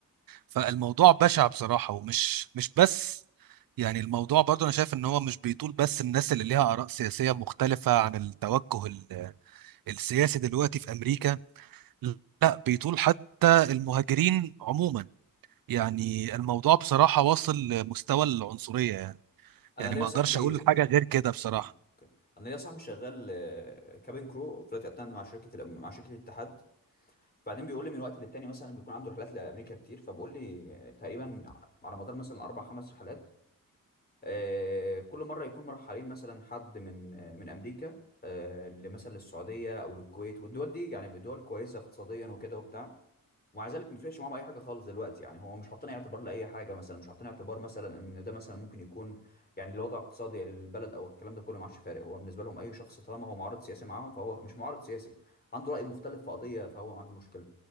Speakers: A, on the right; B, on the left.
A: فالموضوع بشع بصراحة ومش مش بس يعني الموضوع برضه انا شايف ان هو مش بيطول بس الناس اللي ليها آراء سياسية مختلفة عن التوجه ال- السياسي دلوقتي في امريكا لا بيطول حتى المهاجرين عموما يعني الموضوع بصراحة واصل لمستوى العنصرية يعني
B: انا
A: يعني
B: ليا
A: ما
B: صاحبي
A: اقدرش اقول حاجة غير كده بصراحة
B: اه انا ليا صاحبي شغال آه، كابين كرو فلايت اتندنت مع شركه الأم- مع شركه الاتحاد فبعدين بيقول لي من وقت للتاني مثلا بيكون عنده رحلات لامريكا كتير فبقول لي آه، تقريبا على مدار مثلا اربع خمس رحلات آه، كل مره يكون مرحلين مثلا حد من آه، من امريكا آه، لمثلا للسعوديه او للكويت والدول دي يعني دول كويسه اقتصاديا وكده وبتاع ومع ذلك ما فرقش معاهم اي حاجه خالص دلوقتي يعني هو مش حاطين أي اعتبار لاي حاجه مثلا مش حاطين اعتبار مثلا ان ده مثلا ممكن يكون يعني الوضع الاقتصادي للبلد او الكلام ده كله ما عادش فارق هو بالنسبه لهم اي شخص طالما هو معارض سياسي معاهم فهو مش معارض سياسي عنده راي مختلف في قضيه فهو عنده مشكله